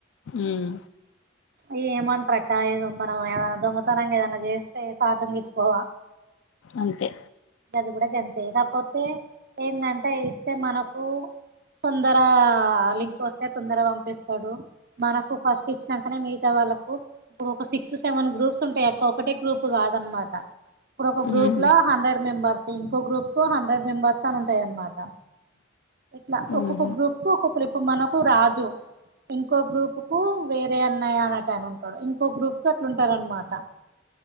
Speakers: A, on the left; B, on the right.
A: ఉహ్
B: ఈ ఏమంట్రక్క ఏదో మనం ఏ దొంగతనంగ ఎదనా చేస్తే సాటంగచ్చ పోవా
A: అంతే
B: అది కూడా ఇది అంతే ఇకపోతే ఏందంటే ఇస్తే మనకు తొందర లింక్ వస్తే తొందర పంపిస్తాడు మనకు ఫస్ట్ ఇచ్చినంకనే మీ తా వాళ్ళకు ఇప్పుడు ఒక సిక్స్ సెవెన్ గ్రూప్స్ ఉంటాయి అక్క ఒకటే గ్రూప్ కాదనమాట ఇప్పుడు ఒక గ్రూప్
A: మ్మ్.
B: లో హండ్రెడ్ మెంబర్స్ ఇంకో గ్రూప్ కో హండ్రెడ్ మెబర్స్ తను ఉంటాయి అనమాట ఇట్లా
A: మ్మ్.
B: ఒక్కొక్క గ్రూప్ కు ఒక్కొక్కలు ఇప్పుడు మనకు రాజు ఇంకో గ్రూప్ కు వేరే అన్నయ అన్నటయనా అని ఉంటాడు ఇంకోక గ్రూప్ కు అట్లాంటారు అనమాట